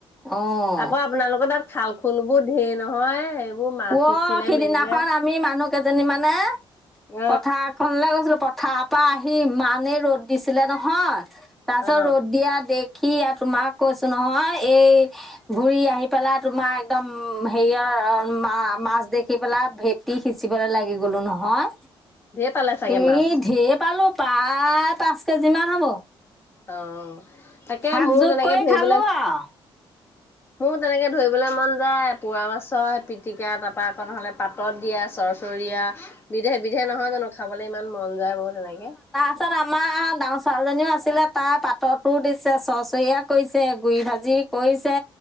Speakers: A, in the centre; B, on the left.
A: অ'।
B: আকৌ আপোনালোকৰ তাত খাল খুল বোৰ ঢেৰ নহয় এইবোৰ মাছ
A: অ',
B: সিঁচিলে
A: সিদিনাখন
B: মেলিলে
A: আমি মানুহ কেইজনী মানে
B: অ
A: পথাৰ ফলৈ গৈছিলো পথাৰ পৰা আহি ইমানেই ৰ'দ দিছিলে নহয়। তাৰপিছত
B: অ
A: ৰ'দ দিয়া দেখি আৰু তোমাক কৈছো নহয় এই ঘুৰি আহি পেলাই তোমাৰ একদম হেৰিয়ৰ মা মাছ দেখি পেলা ভেটি সিঁচিবলৈ লাগি গলো নহয়।
B: ঢেৰ পালে চাগে
A: এই
B: মাছ
A: ঢেৰ পালো প্ৰায় পাঁচ কেজি মান হ'ব।
B: অ', তাকে
A: ভাগ
B: মোৰ
A: যোগ
B: তেনেকে
A: কৰি
B: ধৰিবলে
A: খালো আৰু
B: মোৰ তেনেকে ধৰিবলৈ মন যায় পোৰা মাছ হয় পিটিকা তাৰপা আকৌনহলে পাত পাতত দিয়া চৰ্চৰি দিয়া বিধে বিধে নহয় জানো খাবলৈ ইমান মন যায় মোৰ তেনেকৈ।
A: তাৰপিছত আমাৰ ডাঙৰ ছোৱালীজনীও আছিলে তাৰ পাটটো দিছে চৰ্চৰিয়া কৰিছে। গুৰি ভাজি কৰিছে